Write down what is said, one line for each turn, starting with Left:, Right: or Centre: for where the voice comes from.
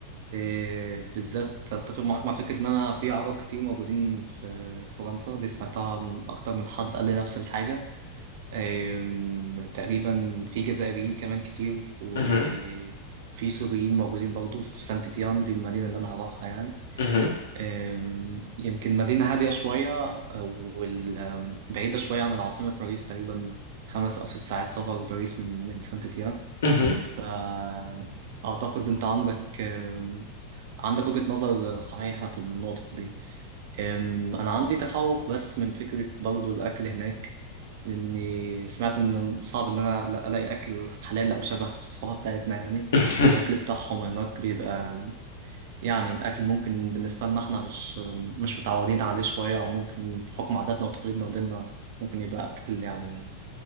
Right: إيه بالذات أتفق معاك مع فكرة إن أنا في عرب كتير موجودين في فرنسا دي سمعتها من أكتر من حد قال لي نفس الحاجة آم، تقريبا في جزائريين كمان كتير وفي
Left: مهم.
Right: سوريين موجودين برضو في سانت تيان دي المدينة اللي أنا هروحها يعني
Left: مهم.
Right: آم، يمكن مدينة هادية شوية وبعيدة شوية عن العاصمة باريس تقريبا خمس أو ست ساعات سفر باريس من من سانت تيان
Left: مهم.
Right: فأعتقد أنت عندك آم، عندك وجهة نظر صحيحة في النقطة دي أم، أنا عندي تخوف بس من فكرة برضو الأكل هناك لأني سمعت إن صعب إن أنا لا- ألاقي أكل حلال أو شبه الصفحة بتاعتنا يعني
Left: <laughs>
Right: الأكل بتاعهم هناك بيبقى يعني أكل ممكن بالنسبة لنا إحنا مش مش متعودين عليه شوية أو ممكن بحكم عاداتنا وتقاليدنا وديننا ممكن يبقى أكل يعني